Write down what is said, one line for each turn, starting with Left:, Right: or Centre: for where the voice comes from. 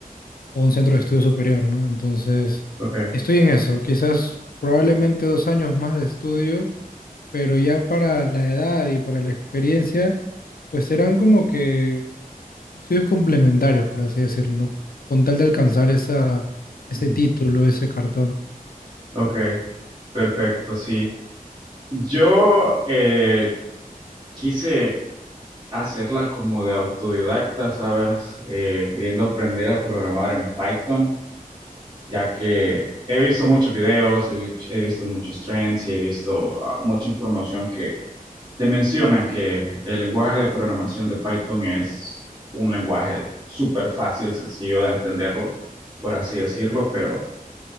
Left: o un centro de estudio superior, ¿no? Entonces,
Right: Ok,
Left: estoy en eso, quizás probablemente dos años más de estudio, pero ya para la edad y para la experiencia, pues serán como que estudios complementarios, por así decirlo, ¿no? Con tal de alcanzar esa, ese
Right: Ujú.
Left: título, ese cartón.
Right: ok, perfecto, sí. Yo eh, quise hacerla como de autodidacta, ¿sabes? Eh, queriendo aprender a programar en Python. ya que he visto muchos videos, he, vi- he visto muchos trends y he visto ah, mucha información que te mencionan que el lenguaje de programación de Python es un lenguaje súper fácil, sencillo de entenderlo, por así decirlo, pero